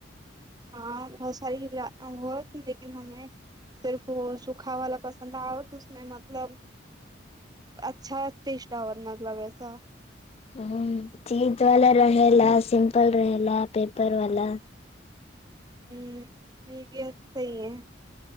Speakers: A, on the right; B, on the left.
A: ह बहुत सारी बहुत लेकिन हमे सिर्फ सूखा पसन्द आबत उसमेमतलब अच्छा आत मतलबैस <unintelligible>
B: हूँ चीज वाला रहेला सिम्पल रहेला पेपर वाला
A: हूँ <unintelligible> भी सस सही है